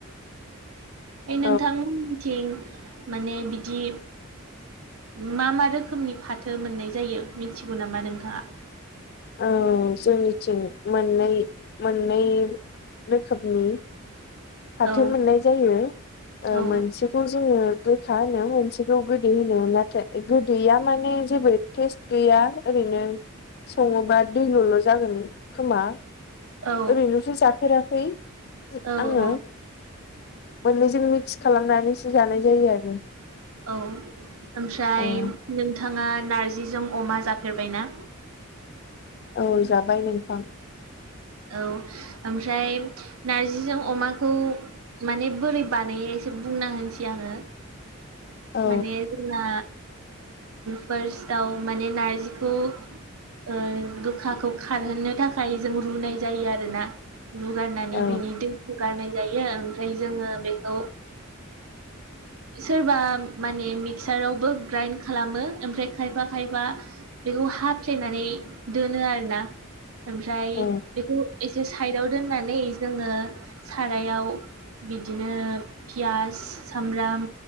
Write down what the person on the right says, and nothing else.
ओमफ्राय नोंथांमोननिथिं माने बिदि मा मा रोखोमनि फाथो मोननाय जायो मिथिगौ नामा नोंथाङा
औ
औ
औ
औ
औ
औ ओमफ्राय
नोंथाङा नारजिजों अमा जाफेरबाय ना
औ ओमफ्राय नारजिजों अमाखौ माने बोरै बानायो एसे बुंना होनोसै आङो
माने जोंना फार्स्टआव माने नारजिखौ ओ गोखाखौ खारहोनो थाखाय जों रुनाय जायो आरोना रुगारनानै
बिनि दैखौ गारनाय जायो ओमफ्राय जोङो बेखौ सोरबा माने मिक्सारावबो ग्राइन्ड खालामो ओमफ्राय खायफा खायफा बेखौ हाफ्लेनानै दोनो आरो ना ओमफ्राय
बेखौ एसे साइडआव दोननानै जोङो सारायाव बिदिनो पियास सामब्राम